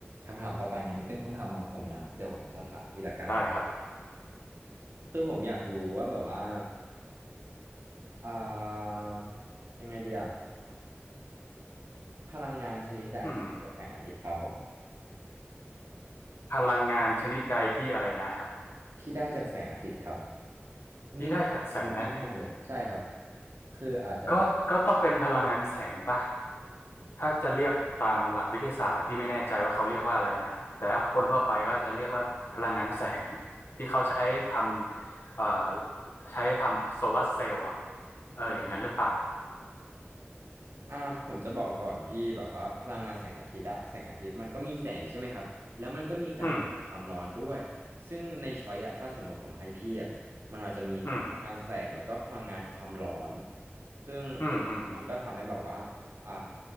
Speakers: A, on the right; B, on the left.
A: คำถามต่อไปงั้นเป็นคำถามของผมนะครับเดี๋ยวผมจะถามพี่ละกัน
B: ได้ครับ
A: คือผมอยากรู้ว่าแบบว่าอ่ายังไงเดียพลังงานชนิดใดที่ได้จากแสงอาทิตย์ครับผม
B: อืมพลังงานชนิดใดที่อะไรนะครับ
A: ที่ได้จากแสงอาทิตย์ครับง่ายๆอัน
B: ที่ได้จากแสงอาทิตย์
A: นี้ง่ายๆเลยใช่ครับคืออาจจะแบบ
B: ก็ก็ต้องเป็นพลังงานแสงป่ะถ้าจะเรียกตามหลักวิทยาศาสตร์พี่ไม่แน่ใจว่าเขาเรียกว่าอะไรนะ แต่ว่าคนทั่วไปก็จะเรียกว่าพลังงานแสงที่เขาใช้ทำเอ่อใช้ทำโซลาร์เซลล์อ่ะเอออย่างนั้นหรือเปล่า
A: อืม อ่าผมจะบอกก่อนพี่แบบว่าพลังงานแสงอาทิตย์อะแสงอาทิตย์มันก็มีแสงใช่ไหมครับแล้วมันก็มีการเผาความร้อนด้วย
B: อืม
A: ซึ่งในช้อยอะถ้าสมมติผมให้พี่อะมันอาจจะมีพลังงานแสงแล้วก็พลังงานความร้อน
B: อืม
A: ซึ่ง
B: อืมอืมอืม
A: มันก็ทำให้แบบว่าอ่า